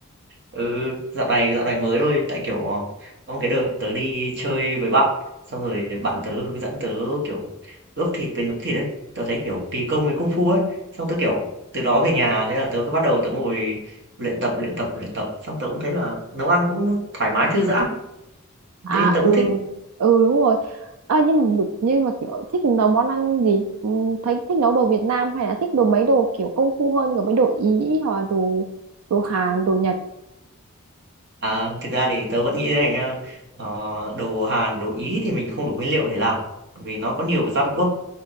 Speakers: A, on the right; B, on the right.
A: Ừ, dạo này dạo này mới thôi, tại kiểu ờ, có một cái đợt tớ đi chơi với bạn, xong rồi bạn tớ hướng dẫn tớ kiểu ướp thịt với nướng thịt ấy, tớ thấy kiểu kỳ công với công phu ấy, xong tớ kiểu từ đó về nhà thế là tớ cứ bắt đầu tớ ngồi luyện tập luyện tập luyện tập, xong tớ cũng thấy là nấu ăn cũng thoải mái thư giãn,
B: à
A: tự nhiên tớ
B: ừ
A: cũng thích.
B: ừ đúng rồi à, nhưng mà được- nhưng mà kiểu thích nấu món ăn gì ừ, thấy thích nấu đồ Việt Nam hay là thích đồ mấy đồ kiểu công phu hơn kiểu mấy đồ Ý hoặc là đồ đồ Hàn đồ Nhật
A: À, thực ra thì tớ vẫn nghĩ thế này nha, ờ, đồ Hàn, đồ Ý thì mình không đủ nguyên liệu để làm, vì nó có nhiều gia vị quá.